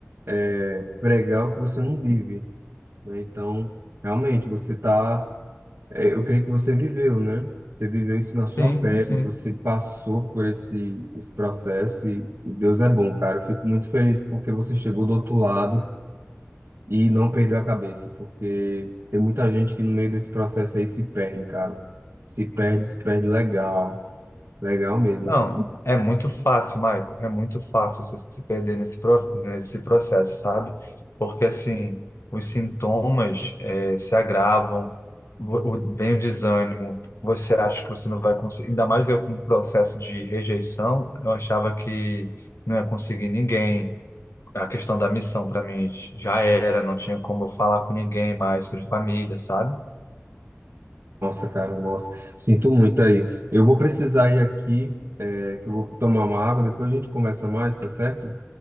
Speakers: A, on the right (about 60°); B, on the left (about 70°).
A: é, pregar o que você não vive, né? Então, realmente, você tá É, Eu creio que você viveu, né? Você viveu isso na sua
B: sim,
A: Sim. pele,
B: sim.
A: você passou por esse, esse processo e, e Deus é bom, cara. Eu fico muito feliz porque você chegou do outro lado e não perdeu a cabeça, porque tem muita gente que no meio desse processo aí se perde, cara. Se perde, se perde legal. Legal mesmo,
B: Não,
A: assim.
B: é muito fácil, Michael. É muito fácil você se perder nesse, pro- nesse processo, sabe? Porque, assim, os sintomas eh, se agravam, o- o- vem o desânimo, você acha que você não vai conseguir. Ainda mais eu com o processo de rejeição, eu achava que não ia conseguir ninguém. A questão da missão, para mim, já era, não tinha como eu falar com ninguém mais sobre família, sabe?
A: Nossa, cara, nossa. Sinto muito aí. Eu vou precisar ir aqui, é, que eu vou tomar uma água, depois a gente conversa mais, tá certo?